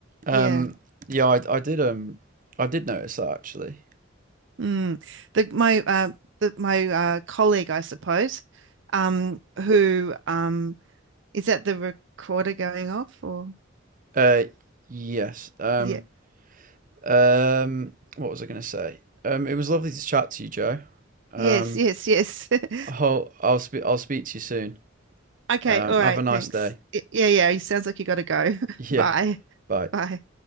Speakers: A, on the right; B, on the right.
A: Um.
B: Yeah.
A: Yeah. I I did um I did notice that actually.
B: Mm. The my uh the my uh colleague, I suppose, um, who um is that the recorder going off or
A: Uh. Yes. Um.
B: yeah.
A: Um. What was I going to say? Um. It was lovely to chat to you, Joe. Um.
B: Yes, yes, yes. <laughs>
A: I'll I'll speak I'll speak to you soon.
B: Okay,
A: Um.
B: all right,
A: Have a nice
B: thanks.
A: day. <laughs>
B: Y- Yeah, yeah, it sounds like you gotta go. <laughs>
A: Yeah.
B: Bye.
A: Bye.
B: Bye.